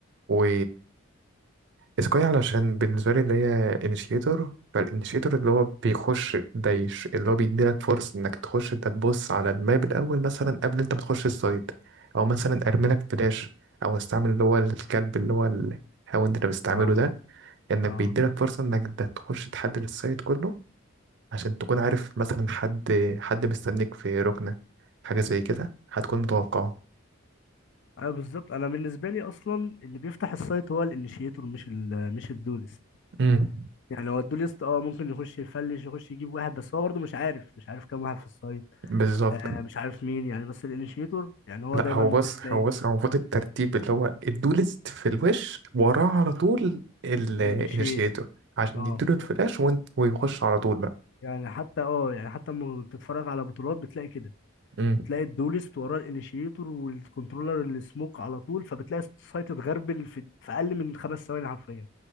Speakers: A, on the right (about 55°); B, on the left (about 55°).
A: و سكاي علشان بالنسبة لي اللي هي انيشيتور فالانيشيتور اللي هو بيخش ده يش- اللي هو بيديلك فرصة انك تخش انت تبص على الماب الأول مثلا قبل انت بتخش السايت أو مثلا أرميلك فلاش أو استعمل اللي هو الكلب اللي هو الهاوند اللي بستعمله
B: اه
A: ده انك
B: اه
A: بيديلك فرصة انك ده تخش تحدد السايت كله عشان تكون عارف مثلا حد حد مستنيك في ركنة حاجة زي كده هتكون متوقعه
B: اه بالظبط انا بالنسبه لي اصلا اللي بيفتح السايت هو الانيشيتور مش ال مش الدولست
A: امم
B: يعني هو الدوليست اه ممكن يخش يفلش يخش يجيب واحد بس هو برضه مش عارف مش عارف كام واحد في السايت
A: بالظبط
B: آه مش عارف مين يعني بس الانيشيتور يعني هو
A: لا
B: دايما
A: هو
B: ممكن
A: بص
B: تلاقي
A: هو بص هو المفروض الترتيب اللي هو الدولست في الوش وراه على طول الانيشيتور
B: الانيشيت
A: عشان
B: اه
A: يديله
B: بالظبط
A: الفلاش وانت ويخش على طول بقى
B: يعني حتى اه يعني حتى لما بتتفرج على بطولات بتلاقي كده
A: امم
B: تلاقي الدولست وراه الانيشيتور والكنترولر اللي سموك على طول فبتلاقي السايت اتغربل في, في اقل من خمس ثواني حرفيا